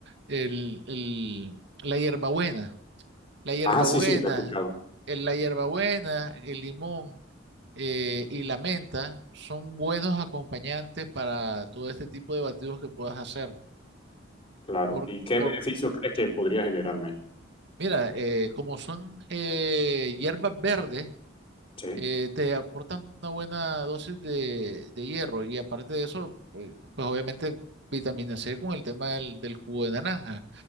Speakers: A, on the right; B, on the left.
A: el, el- la hierbabuena, la hierbabuena,
B: Ah, sí, sí, la he escuchado.
A: el- la hierbabuena, el limón eh, y la menta son buenos acompañantes para todo este tipo de batidos que puedas hacer.
B: Claro.
A: Por,
B: ¿Y qué
A: por,
B: beneficios crees que podría generarme?
A: mira, eh, como son eh, hierbas verdes,
B: Sí,
A: eh, te aportan una buena dosis de, de hierro y aparte de eso, eh, pues obviamente vitamina C con el tema del, del jugo de naranja,